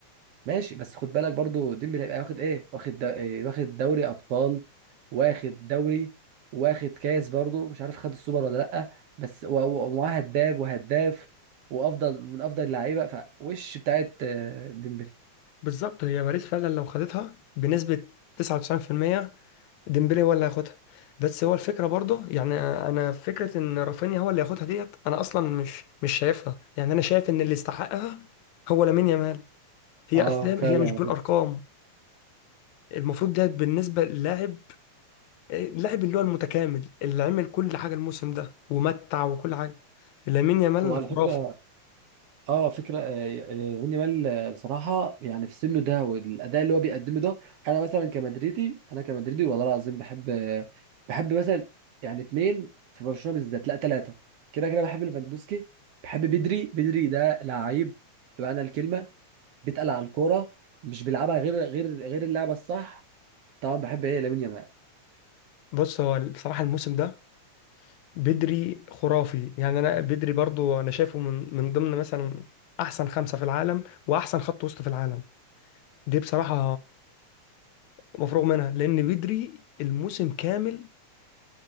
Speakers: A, on the right; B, on the left.
A: ماشي بس خد بالك برضه ديمبلي هيبقى واخد ايه واخد دا- إيه؟ واخد دوري ابطال واخد دوري واخد كاس برضه مش عارف خد السوبر ولا لا بس و- و- ومعاه هداف وهداف وافضل من افضل اللعيبه فوش بتاعت آه، ديمبلي
B: بالظبط هي باريس فعلا لو خدتها بنسبة 99% ديمبلي هو اللي هياخدها بس هو الفكرة برضه يعني انا فكرة ان رافينيا هو اللي هياخدها ديت انا اصلا مش مش شايفها يعني انا شايف ان اللي يستحقها هو لامين يامال هي
A: اه
B: اسلام
A: فعلا
B: هي مش
A: على
B: بالارقام
A: فكره
B: المفروض ده بالنسبة للاعب اللاعب اللي هو المتكامل اللي عمل كل حاجة الموسم ده ومتع وكل حاجة لامين يامال
A: هو على
B: خرافة
A: فكرة اه فكره آه، آه، يمين يامال آه، بصراحه يعني في سنه ده والاداء اللي هو بيقدمه ده انا مثلا كمدريدي انا كمدريدي والله العظيم بحب آه، بحب مثلا يعني اتنين في برشلونه بالذات لا ثلاثه كده كده بحب ليفاندوسكي بحب بدري بدري ده لعيب بمعنى الكلمه بيتقل على الكوره مش بيلعبها غير غير غير اللعبه الصح طبعا بحب ايه لامين يامال
B: بص هو بصراحة الموسم ده بدري خرافي يعني أنا بدري برضو أنا شايفه من من ضمن مثلا أحسن خمسة في العالم وأحسن خط وسط في العالم دي بصراحة مفروغ منها لأن بدري الموسم كامل